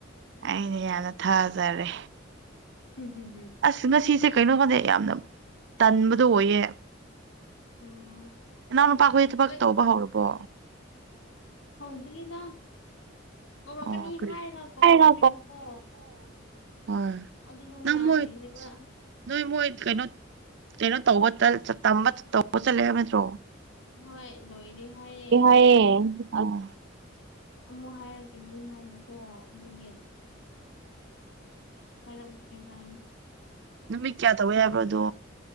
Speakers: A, on the right; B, on the left.
A: ꯑꯩꯅ ꯌꯥꯝꯅ ꯊꯥꯖꯔꯦ
B: <inaudible>
A: ꯑꯁ ꯉꯁꯤꯁꯦ ꯀꯩꯅꯣ ꯈꯪꯗꯦ ꯌꯥꯝꯅ ꯇꯟꯕꯗꯣ ꯑꯣꯏꯌꯦ
B: ꯎꯝ
A: ꯅꯅꯥꯎ ꯅꯨꯄꯥꯈꯣꯏ ꯊꯕꯛ
B: ꯅꯣꯏ
A: ꯇꯧꯕ ꯍꯧꯔꯕꯣ
B: ꯍꯧꯗ꯭ꯔꯤꯗ ꯀꯧꯔꯛꯀꯅꯤ
A: ꯑꯣ ꯀꯔꯤ
B: ꯍꯥꯏꯔꯒ ꯀꯧꯔꯛꯇ꯭ꯔꯤꯕꯀꯣ
A: ꯍꯥꯏꯔ ꯍꯣꯏ
B: ꯑꯗꯨꯗꯣ ꯉꯥꯏꯔꯤꯅꯦꯕ
A: ꯅꯪ ꯃꯣꯏ ꯅꯣꯏ ꯃꯣꯏ ꯀꯩꯅꯣ ꯀꯩꯅꯣ ꯇꯧꯕ ꯇꯧꯕ ꯆꯠꯂꯦ ꯍꯥꯏꯕ ꯅꯠꯇ꯭ꯔꯣ
B: ꯍꯣꯏ ꯂꯣꯏꯔꯤ ꯍꯥꯏꯌꯦꯦ
A: ꯍꯥꯏꯌꯦ
B: ꯑ
A: ꯑꯣ
B: ꯑꯃꯨꯛ ꯍꯥꯏꯔꯛꯀꯅꯤ ꯍꯥꯏꯕꯀꯣ ꯑꯗꯨꯗꯤ ꯍꯪꯗꯤ ꯍꯥꯏ
A: ꯅꯨꯃꯤꯠ ꯀꯌꯥ ꯇꯧꯕ ꯌꯥꯕ꯭ꯔꯣꯗꯣ